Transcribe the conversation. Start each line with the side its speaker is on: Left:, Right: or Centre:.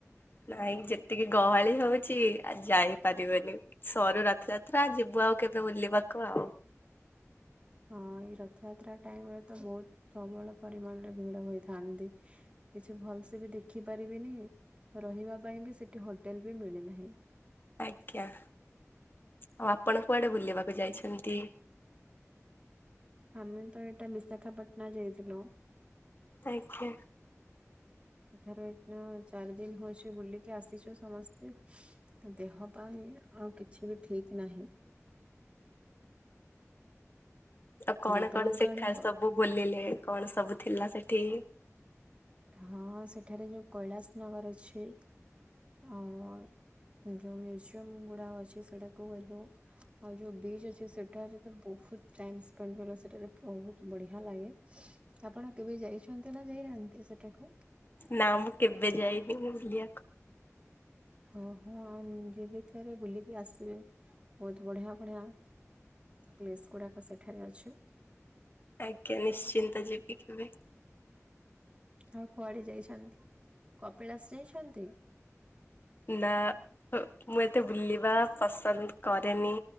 Left: ନାଇଁ, ଯେତିକି ଗହଳି ହଉଛି ଆ ଯାଇପାରିବାନି। ସରୁ ରଥଯାତ୍ରା ଯିବୁ ଆଉ କେବେ ବୁଲିବାକୁ ଆଉ।
Right: ହଁ, ଏଇ ରଥଯାତ୍ରା ଟାଇମ ରେ ତ ବହୁତ ପ୍ରବଳ ପରିମାଣରେ ଭିଡ ହୋଇଥାନ୍ତି। କିଛି ଭଲ ସେ ବି ଦେଖି ପାରିବିନି ରହିବା ପାଇଁ ବି ସେଠି ହୋଟେଲ ବି ମିଳି ନାହିଁ।
Left: ଆଜ୍ଞା, ଆଉ ଆପଣ କୁଆଡେ ବୁଲିବାକୁ ଯାଇଛନ୍ତି?
Right: ଆମେ ତ ଏଇଟା ବିଶାଖାପାଟଣା ଯାଇଥିଲୁ।
Left: ଆଜ୍ଞା।
Right: ଏଥର ଏଇଦିନ ଚାରି ଦିନ ହୋଇଛି ବୁଲିକି ଆସିଛୁ ସମସ୍ତେ। ଦେହପା ହେଇ ଆଉ କିଛି ବି ଠିକ ନାହିଁ।
Left: ତ କଣ
Right: ଆପଣଙ୍କ
Left: କଣ ସେଠାରେ
Right: ଆଡେ
Left: ସବୁ ବୁଲିଲେ କଣ ସବୁ ଥିଲା ସେଠି।
Right: ହଁ ସେଠାରେ ଯୋଉ କୈଳାସ ନଗର ଅଛି। ଆଉ ଯୋଉ ମ୍ୟୁଜିୟମ ଗୁଡା ଅଛି ସେଟାକୁ ଗଲୁ। ଆଉ ଯୋଉ ବିଚ୍ ଅଛି, ସେଠାରେ ତ ବହୁତ ଟାଇମ୍ ସ୍ପେଣ୍ଡ କଲୁ ସେଟାରେ ବହୁତ ବଢିଆ ଲାଗେ। ଆପଣ କେବେ ଯାଇଛନ୍ତି ନା ଯାଇନାହାନ୍ତି ସେଠାକୁ?
Left: ନା ମୁଁ କେବେ ଯାଇନି ବୁଲିବାକୁ।
Right: ଓହୋ ଆ ଯିବି ଥରେ ବୁଲିକି ଆସିବେ। ବହୁତ ବଢିଆ ବଢିଆ ପ୍ଲେସ୍ ଗୁଡାକ ସେଠାରେ ଅଛି।
Left: ଆଜ୍ଞା, ନିଶ୍ଚିନ୍ତ ଯିବି କେବେ।
Right: ଆଉ କୁଆଡେ ଯାଇଛନ୍ତି କପିଳାସ ଯାଇଛନ୍ତି?
Left: ନା ମୁଁ ଏତେ ବୁଲିବା ପସନ୍ଦ କରେନି।